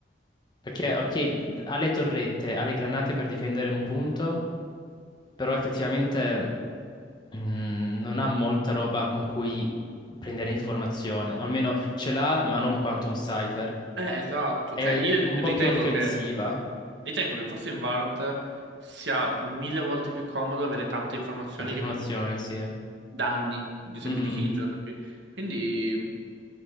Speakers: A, on the left (about 25°); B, on the right (about 70°).
A: Perché, ok, l- ha le torrette, ha le granate per difendere un punto, però effettivamente, mm, non ha molta roba con cui prendere informazione. O almeno ce l'ha, ma non quanto un Cypher.
B: Eh, esatto.
A: È
B: Cioè, io
A: un
B: ritengo
A: po' più offensiva.
B: che, ritengo che forse in Valorant sia mille volte più comodo avere tante informazioni
A: Tante informazioni,
B: che piuttosto
A: sì.
B: danni, ad esempio
A: Mhm.
B: di Killjoy, capi? Quindi,